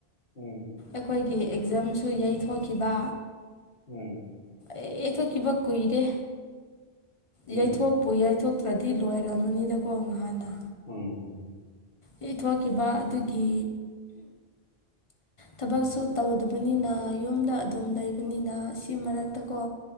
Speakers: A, on the left; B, on the left.
A: ꯎꯝ
B: ꯑꯩꯈꯣꯏꯒꯤ ꯑꯦꯛꯖꯥꯝꯁꯨ ꯌꯩꯊꯣꯛꯈꯤꯕ
A: ꯎꯝ
B: ꯑꯦꯊ ꯀꯤꯕ ꯀꯨꯏꯔꯦ
A: ꯎꯝ
B: ꯌꯩꯊꯣꯛꯄꯨ ꯌꯩꯊꯣꯛꯇ꯭ꯔꯗꯤ ꯂꯣꯏꯔꯝꯃꯅꯤꯗꯀꯣ ꯉꯍꯥꯟꯅ
A: ꯎꯝ
B: ꯌꯩꯊꯣꯛꯈꯤꯕ ꯑꯗꯨꯒꯤ
A: <inaudible>
B: ꯊꯕꯛꯁꯨ ꯇꯧꯗꯕꯅꯤꯅ ꯌꯨꯝꯗ ꯑꯗꯨꯝ ꯂꯩꯕꯅꯤꯅ ꯁꯤ ꯃꯔꯛꯇꯀꯣ